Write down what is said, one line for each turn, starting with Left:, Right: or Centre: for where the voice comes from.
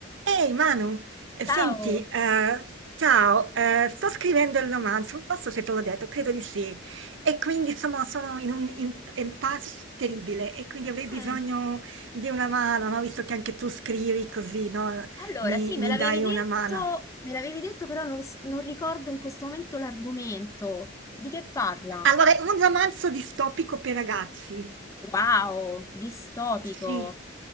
Right: Ehi Manu, eh,
Left: Ciao!
Right: senti, eh, ciao, eh, sto scrivendo il romanzo, non so se te l'ho detto, credo di sì, e quindi sono, sono in un in- impasse terribile e quindi avrei bisogno
Left: Mm,
Right: di una mano, no? Visto che anche tu scrivi così, no?
Left: Allora,
Right: Mi,
Left: sì, me
Right: mi
Left: l'avevi
Right: dai
Left: detto,
Right: una mano.
Left: me l'avevi detto, però non, s- non ricordo in questo momento l'argomento. Di che parla?
Right: Allora, è un romanzo distopico per ragazzi.
Left: Wow, distopico.
Right: Sì,